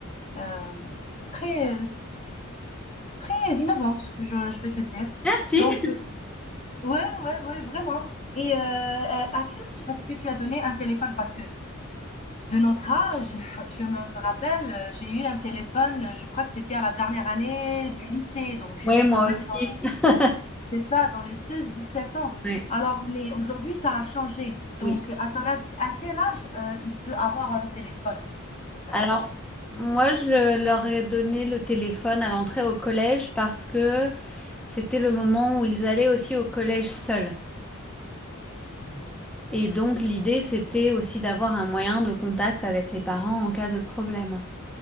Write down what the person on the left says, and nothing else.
euh, très, euh, très innovante, je, je vais te dire.
Donc, euh, ouais, ouais, ouais, vraiment. Et euh, à quel âge est-ce que tu as donné un téléphone? Parce que de notre âge, je me rappelle, j'ai eu un téléphone, je crois que c'était à la dernière année du lycée, donc j'étais
quand même
dans le,
c'est ça, dans les seize, dix-sept ans.
Alors, mais aujourd'hui, ça a changé. Donc,
à ton avis, à quel âge, heu, il peut avoir un téléphone, un
enfant,
un ado?
Mmh mh.